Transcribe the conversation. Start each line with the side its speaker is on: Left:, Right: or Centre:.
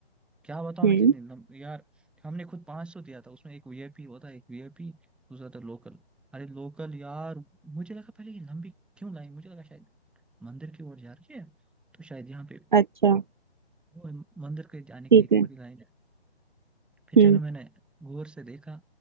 Centre: क्या बताऊं
Right: हम्म
Centre: मैं कितनी लंबी यार हमने खुद पाँच सौ दिया था उसमें एक वीआईपी होता है एक वीआईपी दूसरा था लोकल अरे लोकल यार मुझे लगा पहले ये लंबी क्यों लाई मुझे लगा शायद मंदिर की ओर जा रही है तो शायद यहाँ पे
Right: अच्छा
Centre: वो है, मंदिर के जाने
Right: ठीक
Centre: के लिए इतनी
Right: है
Centre: बड़ी लाइन है फिर
Right: हम्म
Centre: चलो मैंने गौर से देखा